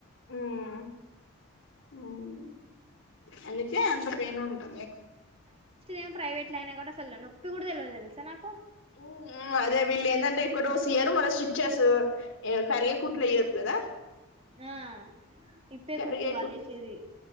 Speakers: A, on the left; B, on the right.
A: హ్మ్. హ్మ్. అందుకే అంత పెయిన్ ఉంటది నీకు.
B: ఏమో ప్రైవేట్ అట్లగనై అసలు నొప్పి కూడా తెల్వలేద తెలుసా నాకు
A: ఊమ్ అదే వీళ్ళు ఎందంటే ఎక్కువ డోస్ ఇయరు మల్ల స్టిచెస్ కరగే కుట్లు ఏయరు కదా
B: ఆ ఇప్పే
A: కరిగే
B: కుట్లు వాళ్ళు
A: కుట్
B: వేసేది